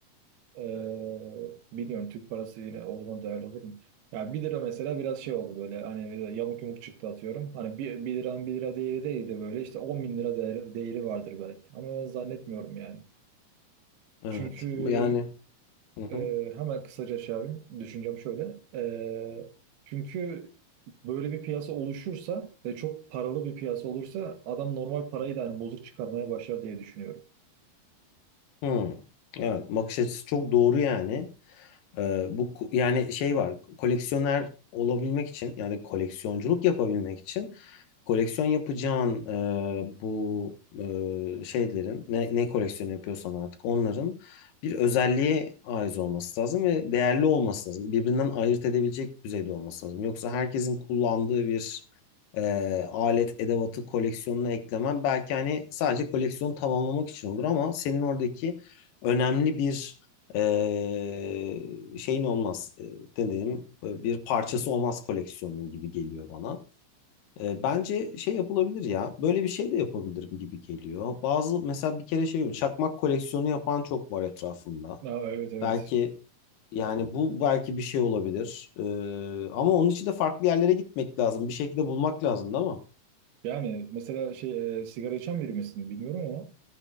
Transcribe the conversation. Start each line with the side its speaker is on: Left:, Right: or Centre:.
Right: ee, bilmiyorum Türk parası yine o zaman değerli olur mu? Ya bir lira mesela biraz şey oldu böyle hani böyle yamuk yumuk çıktı atıyorum. Hani bir bir liranın bir lira değeri değil de böyle işte on bin lira değeri, değeri vardır belki. Ama ben zannetmiyorum yani.
Left: Evet.
Right: Çünkü
Left: Yani. Hı hı.
Right: e, hemen kısaca şey yapayım. Düşüncem şöyle. E, çünkü böyle bir piyasa oluşursa ve çok paralı bir piyasa olursa adam normal parayı da hani bozuk çıkarmaya başlar diye düşünüyorum.
Left: Hı. Evet, bakış açısı çok doğru yani. Ee, bu yani şey var koleksiyoner olabilmek için yani koleksiyonculuk yapabilmek için koleksiyon yapacağın e, bu e, şeylerin ne, ne koleksiyonu yapıyorsan artık onların bir özelliğe ait olması lazım ve değerli olması lazım. Birbirinden ayırt edebilecek düzeyde olması lazım. Yoksa herkesin kullandığı bir e, alet edevatı koleksiyonuna eklemen belki hani sadece koleksiyonu tamamlamak için olur ama senin oradaki önemli bir ee, şeyin olmaz e, dediğim e, bir parçası olmaz koleksiyonun gibi geliyor bana. E, bence şey yapılabilir ya böyle bir şey de yapabilirim gibi geliyor. Bazı mesela bir kere şey çakmak koleksiyonu yapan çok var etrafımda.
Right: Ha, evet evet.
Left: Belki yani bu belki bir şey olabilir. E, ama onun için de farklı yerlere gitmek lazım. Bir şekilde bulmak lazım değil mi?
Right: Yani mesela şey e, sigara içen biri misin bilmiyorum ama